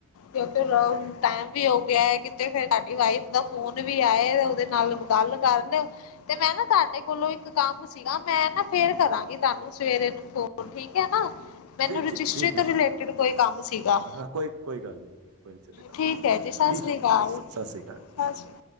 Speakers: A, on the left; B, on the right.
A: ਯੇ ਤੋ ਰੋੰਗ ਟੈਮ ਵੀ ਹੋ ਗਿਐ, ਕਿਤੇ ਫੇਰ ਤਾਡੀ ਵਾਈਫ ਦਾ ਫੋਨ ਵੀ ਆਏ ਤੇ ਓਦੇ ਨਾਲ ਗੱਲ ਕਰਨ ਤੇ ਮੈਂ ਨਾ ਤਾਡੇ ਕੋਲੋਂ ਇੱਕ ਕੰਮ ਸੀਗਾ ਮੈਂ ਨਾ ਫੇਰ ਕਰਾਂਗੀ ਤਾਨੂੰ ਸਵੇਰੇ ਨੂੰ ਫੋਨ। ਹੋਣ ਠੀਕ ਐ ਨਾ। ਮੈਨੂੰ
B: ਠੀ
A: ਰਜਿਸਟਰੀ
B: ਠੀਕ ਹੈ
A: ਤੋਂ
B: ਜੀ
A: ਰਿਲੇਟੀਡ ਕੋਈ ਕੰਮ ਸੀਗਾ।
B: ਹਾਂ ਕੋਈ ਕੋਈ ਗੱਲ ਨਹੀਂ ਕੋਈ ਨਹੀਂ ਚਲੇਗਾ
A: ਠੀਕ ਹੈ ਜੀ, ਸਾ
B: ਠੀਕ
A: ਸ੍ਰੀ ਕਾਲ,
B: ਸਤਿ ਸ੍ਰੀ ਅਕਾਲ
A: ਸਾ ਸ੍ਰੀ